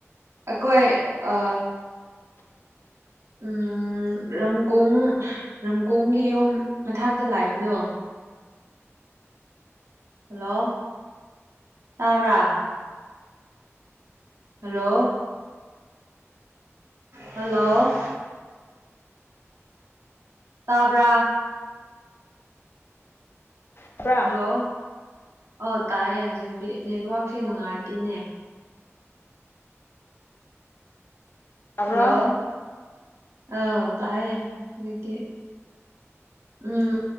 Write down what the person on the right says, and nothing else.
ꯑꯩꯈꯣꯏ ꯑ
ꯎꯝ ꯔꯝꯀꯣꯡ ꯔꯝꯀꯣꯡꯒꯤ ꯌꯨꯝ ꯃꯊꯛꯇ ꯂꯩꯕꯗꯣ
ꯍꯜꯂꯣ ꯇꯥꯕ꯭ꯔ ꯍꯜꯂꯣ ꯍꯜꯂꯣ ꯇꯥꯕ꯭ꯔꯥ
ꯍꯜꯂꯣ ꯑꯣ ꯇꯥꯏꯑꯦ ꯍꯧꯖꯤꯛꯇꯤ ꯅꯦꯠꯋꯥꯔꯛꯁꯦ ꯅꯨꯡꯉꯥꯏꯇꯦꯅꯦ
ꯍꯜꯂꯣ ꯑ ꯇꯥꯏꯌꯦ ꯍꯨꯖꯤꯛꯇꯤ ꯎꯝ